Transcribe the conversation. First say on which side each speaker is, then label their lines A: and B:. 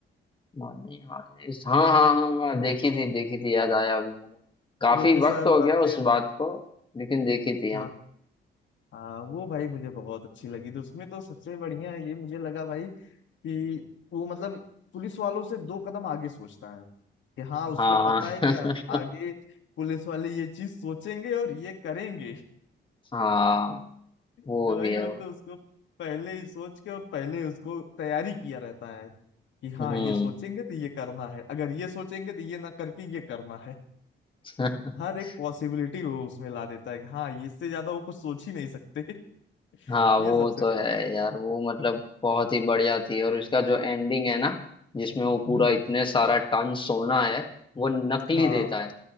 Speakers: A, on the left; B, on the left.
A: मानी हाँ इस- हाँ हाँ हाँ हाँ, देखी थी देखी थी याद आया अभी मैंने काफी
B: Professor
A: वक्त हो
B: Berlin
A: गया उस बात को लेकिन देखी थी हाँ
B: हाँ हाँ वो भाई मुझे बहुत अच्छी लगी तो उसमें तो सबसे बढ़िया ये मुझे लगा भाई कि वो मतलब पुलिस वालों से दो कदम आगे सोचता है कि हाँ उसको
A: हाँ
B: पता है कि अब आगे
A: <laughs>
B: पुलिस वाले ये चीज सोचेंगे और ये करेंगे
A: हाँ
B: तो
A: वो
B: भाई
A: भी है
B: वो
A: वो।
B: तो उसको पहले ही सोच के और पहले उसको तैयारी किया रहता है कि हाँ
A: हम्म
B: ये सोचेंगे तो ये करना है अगर ये सोचेंगे तो ये ना करके ये करना है
A: <laughs>
B: हर एक पॉसिबिलिटी वो उसमें ला देता है कि हाँ ये इससे ज्यादा वो कुछ सोच ही नहीं सकते
A: हाँ
B: <laughs> ये
A: वो
B: सबसे
A: तो
B: बेस्ट
A: है यार वो मतलब बहुत ही बढ़िया थी और इसका जो एंडिंग है ना जिसमें वो पूरा
B: हम्म
A: इतने सारा टन सोना है वो नकली
B: हाँ
A: देता है